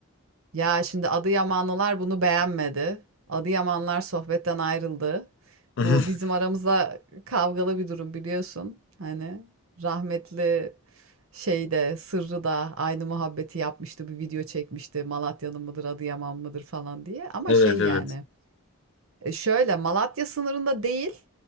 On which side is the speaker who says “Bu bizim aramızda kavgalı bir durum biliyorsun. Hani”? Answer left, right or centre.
Right